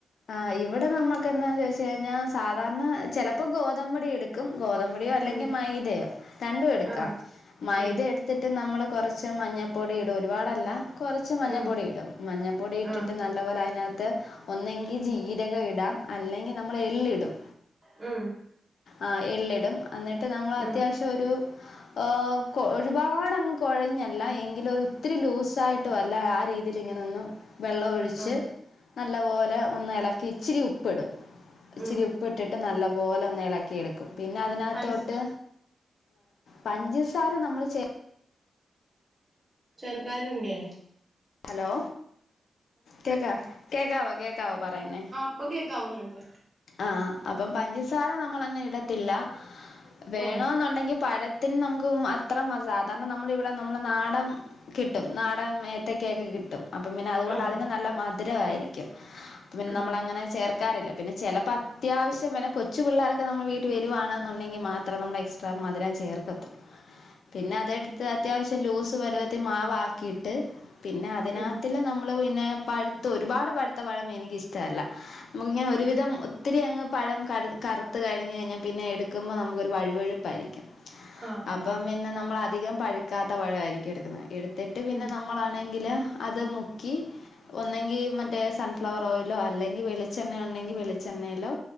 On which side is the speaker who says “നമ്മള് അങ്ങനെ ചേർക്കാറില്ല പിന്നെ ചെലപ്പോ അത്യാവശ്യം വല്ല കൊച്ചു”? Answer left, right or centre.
Left